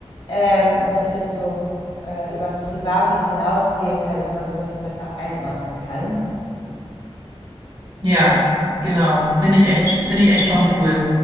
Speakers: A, on the left (about 70°); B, on the right (about 55°).
A: ähm, und das jetzt so äh, übers Private hinausgehend halt nochmal so ein bisschen besser einordnen kann.
B: Ja, genau. Finde ich echt, finde ich echt schon cool.